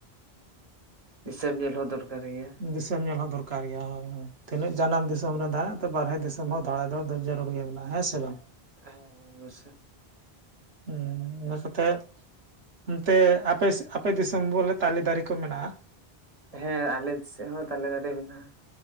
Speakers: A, on the right; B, on the right.
A: ᱫᱤᱥᱚᱢ ᱧᱮᱞ ᱦᱚᱸ ᱫᱚᱨᱠᱟᱨ ᱜᱮᱭᱟ
B: ᱩᱜ ᱫᱤᱥᱚᱢ ᱧᱮᱞ ᱦᱚᱸ ᱫᱚᱨ ᱠᱟᱨ ᱜᱮᱭᱟ ᱦᱳ ᱛᱤᱱᱟᱹᱜ ᱡᱟᱱᱟᱢ ᱫᱤᱥᱚᱢ ᱨᱮ ᱫᱟᱬᱟ ᱵᱟᱨᱦᱮ ᱫᱤᱥᱚᱢ ᱦᱚᱸ ᱫᱟᱭ ᱫᱚ ᱢᱮᱱᱟᱜ-ᱟ, ᱦᱮᱸ ᱥᱮ ᱵᱟᱝ?
A: ᱦᱮᱸ ᱦᱮᱸ ᱚᱵᱚᱥᱥᱚᱭ,
B: ᱦᱮᱸ ᱤᱱᱟᱹ ᱠᱟᱛᱮᱜ ᱚᱱᱛᱮ ᱟᱯᱮ ᱟᱯᱮ ᱫᱤᱥᱚᱢ ᱵᱚᱞᱮ ᱛᱟᱞᱮ ᱫᱟᱨᱮ ᱠᱚ ᱢᱮᱱᱟᱜ-ᱟ?
A: ᱦᱮᱸ ᱟᱞᱮ ᱥᱮᱫ ᱦᱚᱸ ᱛᱟᱞᱮ ᱫᱟᱨᱮ ᱢᱮᱱᱟᱜ-ᱟ᱾